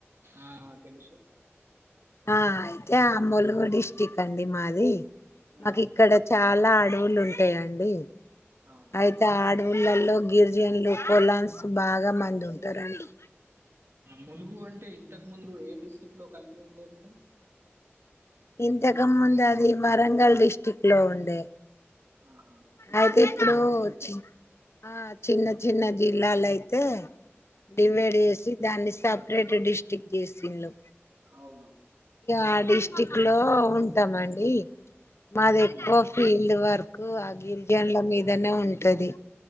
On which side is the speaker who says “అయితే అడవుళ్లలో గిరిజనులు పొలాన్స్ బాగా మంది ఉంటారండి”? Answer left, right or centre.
Left